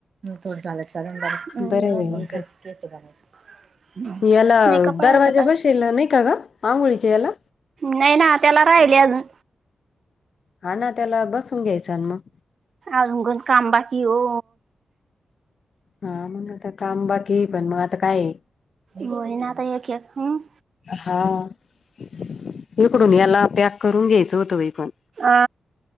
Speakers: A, on the right (about 60°); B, on the left (about 60°).
A: <inaudible>
B: बरं आहे बाई मग काय याला
A: नाही कपाळावरच
B: दरवाजा
A: काढते
B: बशीवला नाही का ग. आंघोळीच्या याला?
A: नाही ना त्याला राहिले अजून.
B: हा ना त्याला बसून घ्यायचां मग.
A: आजून <inaudible> काम बाकी हो.
B: हा मग आता काम बाकी आहे पण मग आता काय आहे.
A: होई ना आता एक एक हम्म
B: हा इकडून याला पॅक करून घ्यायचं होतं बाई पण.
A: आ